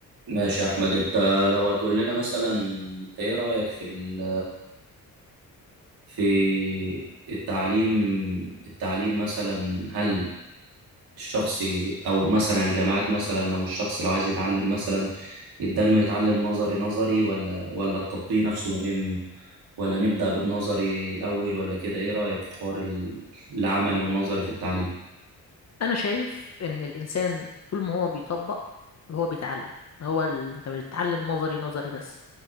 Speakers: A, on the right; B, on the left.
A: ماشي يا احمد انت لو هتقول لنا مثلا انت ايه رايك في ال... في التعليم التعليم مثلا هل الشخص او مثلا الجامعات مثلا او الشخص لو عايز يتعلم مثلا يبدا انه يتعلم نظري نظري ولا ولا التطبيق نفسه مهم ولا نبدا بالنظري الاول ولا كده ايه رايك في حوار ال- العملي والنظري في التعليم
B: انا شايف ان الانسان طول ما هو بيطبق هو بيتعلم هو ال... انت بتتعلم نظري نظري بس